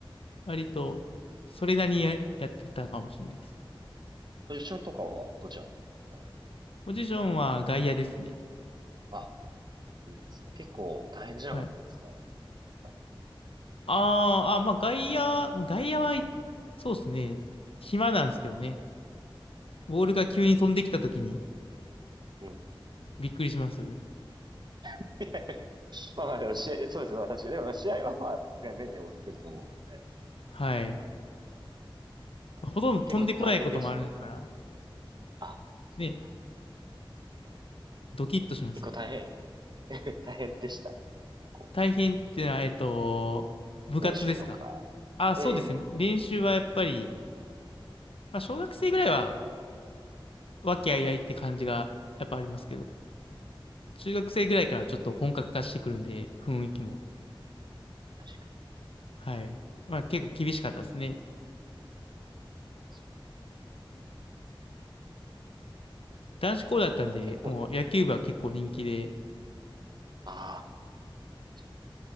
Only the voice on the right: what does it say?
ポジションとかはどちらだったんですか
あ、いいですね。結構大変じゃなかったですか
他には。
うん。
<laughs> いやいやまあまあでも試合、そうですね、私。でもまあ試合はまあ、さすがに目で追ってると思うので、
あ結構大変でした。
あ、そっか。
えー
結構大変、<laughs> 大変でした。結構、
練習とか。
ええ
確か
に。うんいやそう
あでも結構そう、
ああ、そう